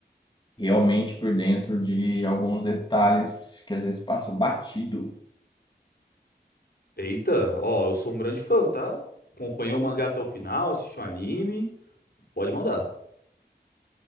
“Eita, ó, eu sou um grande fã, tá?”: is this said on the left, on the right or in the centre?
Left